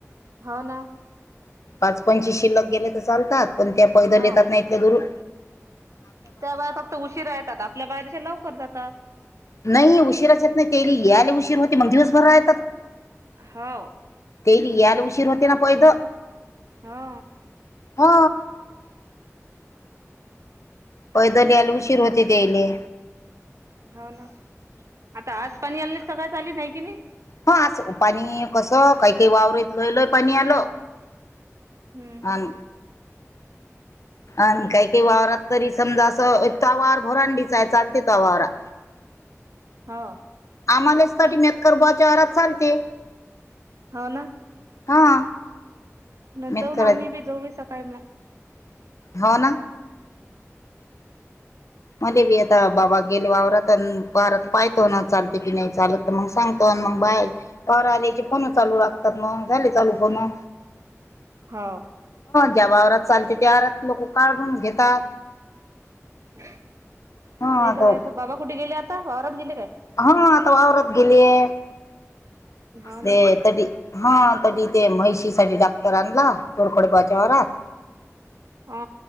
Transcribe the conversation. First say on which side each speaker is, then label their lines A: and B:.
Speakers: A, on the right; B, on the left.
A: हाव ना
B: पाच पंची शिल्लक गेले तर चालतात पण त्या पैदल
A: हो
B: येतात ना इथल्या दूरून
A: त्या बया फक्त उशीरा येतात आपल्या बाया तशा लवकर जातात.
B: नई उशीराच्या येत नाही ते या आले उशीर होते मग दिवसभर राय
A: हाव
B: तेली याला उशीर होते ना पैद
A: हो
B: हो.. पैदल याला उशीर होते त्याले.
A: हाव ना आता आज पण याल सगळ चाली नाही कि नाही
B: ह असं पाणी कसं काही काही वावरत लय लय पाणी आलं.
A: हम्म
B: अन
A: <unintelligible>
B: आणि काय काय वावरात तरी समजा असं तवार भरांडीचाय चालते त वारात
A: <inaudible> हो
B: आम्हालेच साठी मेतकरबुवाच्या घरात चालते.
A: हो ना
B: हा
A: न
B: मेतकर
A: जाऊन आम्ही बी जाऊ बाई सकाळी मग
B: होव ना मले बी आता बाबा गेले वावरात अन् वारात पायेतो ना चालते की नाही चालत तर मग सांगतो. पण मग बाहेर पौर आल्याची फोन चालू लागतात मग झाले चालू फोन
A: हाव
B: त्या वावरात चालते त्या वावरात लोक काढून घेतात.
A: नाही
B: हा आता
A: तर काय तर बाबा कुठे? गेले आता वावरात गेले काय?
B: हा आता वावरात गेलीये
A: हाव
B: ते
A: ना
B: तडी हा तडी ते म्हहिशी साठी डाक्टर आणला तोडखोडबाज त्योहारात
A: हा